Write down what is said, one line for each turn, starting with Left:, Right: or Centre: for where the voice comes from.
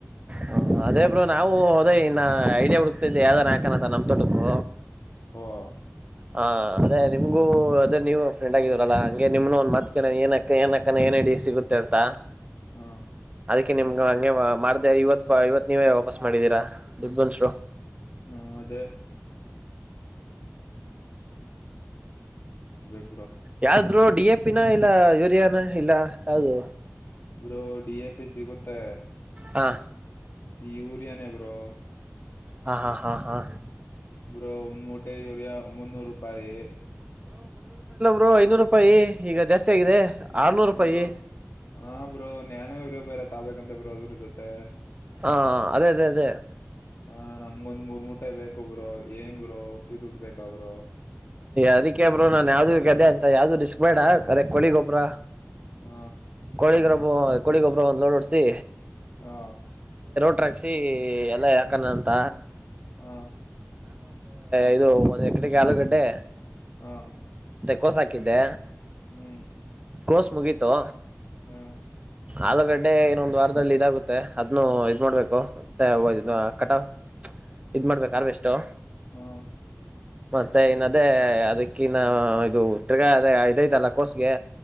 Right: ಹ ಅದೇ ಬ್ರರು ನಾವು ಹೋದ ಇನ್ನ ಐಡಿಯಾ ಹುಡುಕ್ತಿದ್ದೆ ಯಾವ್ದಾರ ಯಾಕನಂತ ನಮ್ ತೊಟಕು
Left: ಹಾ <inaudible>
Right: ಹಾ ಅದೆ ನಿಮಗೂ ಅದೇ ನೀವು ಫ್ರೆಂಡ್ ಆಗಿದೀರಲ್ಲಾ ಹಂಗೆ ನಿಮ್ನು ಒಂದ್ ಮತ್ ಕಣ ಏನ್ಕ್ಕ ಏನ್ ಅಕ್ಕ ಏನ ನಡಿ ಸಿಗುತ್ತೆ ಅಂತ
Left: ಹ್ಮ
Right: ಾೆ ನಿಮ್ಗ ಹಂಗೆ ಮಾಡ್ದ ಇವತ್ ಇವತ್ ನೀವೇ ವಾಪಸ್ ಮಾಡಿದೀರಾ ದುಡ್ಡು ಬನ್ಸರು
Left: ಹ್ಮ <unintelligible>
Right: ಯಾದ್ರರು ಡಿ ಎ ಪಿನ ಇಲ್ಲ ಯೂರಿಯಾನ ಇಲ್ಲ ಯಾವದು
Left: ಬಬ್ರು ಡಿ ಎ ಪಿ ಸಿಗುತ್ತ ಮತ್ತೆ
Right: ಹಾ
Left: ಈ ಯೂರಿಯನ ಬ್ರೋ
Right: ಹಾ ಹಾ ಹಾ ಹಾ
Left: ಬ್ರೋ ನೂಟಐೋರಿಯಾ ಮುನ್ನೂರು ರೂಪಾಯಿ
Right: ರು ಐನೂರು ರೂಪಾಯಿ ಈಗ ಜಾಸ್ತಿ ಆಗಿದೆ ಆರ್ನೂರು ರೂಪಾಯಿ
Left: ಬ್ರೋ ಹ ಬ್ರೋ ನ್ನೂ ಇರ ಬೇರೆ ತಬೇಕಂತ ಬ್ರೋ ಅದ್ರ ಜೊತೆ
Right: ಹಾ ಅದೇ ಅದೇ ಅದೇ
Left: ಹಾ ನಮ್ಗೊಂದ್ ಮೂರ್ ಮುಟೆ ಬೇಕುಬ್ರು ಏನ್್ರರು ಹಸೀ ಡ್ ಬೇಕಬ್ರು
Right: ಅದಕ್ಕೆಬ್ರರು ನಾನ್ ಯಾವ್ದು ಅದೇ ಅಂತ ಯಾವ್ದು ರಿಸ್ಕ್ ಬೇಡ ಅದ ಕೊಳಿಗೊಬ್ರ
Left: ಆ
Right: ಕೊೋಳಿಗ್ರೊಬ ಕೊೋಳಿಗೊಬ್ಬ್ರ ಒಂದು ಲೋಡೋಡ್ಸಿ
Left: ಹಾ
Right: ಟ ರಕ್ಷಿ ಎಲ್ಲ ಯಾಕಾನ ಅಂತ
Left: ಹಾ
Right: ಐದು ಮ ಎಕರೆಗೆ ಆಲೂಗಡ್ಡೆ
Left: ಹಾ
Right: ಕೋಸ ಹಾಕಿದ್ದೆ
Left: ಹ್ಮ್
Right: ಕೋಸ್ ಮುಗೀತು
Left: ಹ್ಮ್
Right: ಆಲೂಗಡ್ಡೆ ಇನ್ನೊಂದು ಲ್ಲ ವಾರದಲ್ಲಿ ಇದಾಗುತ್ತೆ ಅದನ್ನು ಇದ್ ಮಾಡ್ಬೇಕು ಮತ್ತೆ
Left: ಆ
Right: ಕಟ ಇದು ಮಾಡ್ಬೇಕು ಅರ್ವೆಷ್ಟು
Left: ಹ್ಮ
Right: ಮತ್ತೆ ಇನ್ನ ಅದೇ ಅದಕ್ಕನ್ನ ಇದು ತಿರ್ಗಾ ಅದ ಇದೈತಲ್ಲ ಕೋಸ್ಗೆ